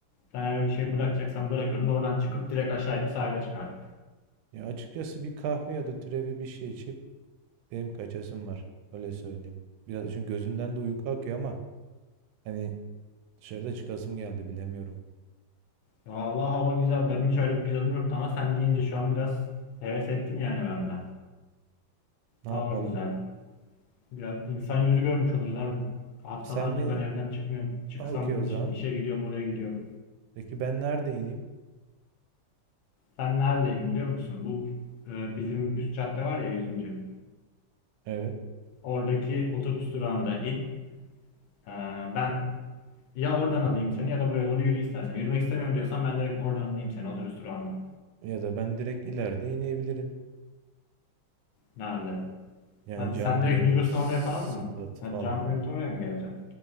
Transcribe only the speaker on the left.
Sen eğer bir şey bırakacaksan bırakırdın. Oradan çıkıp direkt aşağı inip sahile çıkardık.
Vallahi hava güzel. Benim hiç öyle bir planım yoktu ama sen deyince şu an biraz heves ettim yani ben de.
Hava
güzel. Biraz insan yüzü görmüş oluruz abi. Haftalardır
ben evden çıkmıyorum. Çıksam
da
dış- işe gidiyorum, oraya gidiyorum.
Ben neredeyim biliyor musun? Bu e, bizim üst cadde var ya yüzüncü.
Oradaki otobüs durağında in. E, ben ya oradan alayım seni ya da buraya doğru yürü istersen. Yürümek istemiyorum diyorsan ben direkt oradan alayım seni otobüs durağından.
Nerede?
Hadi
sen
direkt Migros'un
oraya falan mı? Ha,
Can Piramit'e oraya mı geleceğim?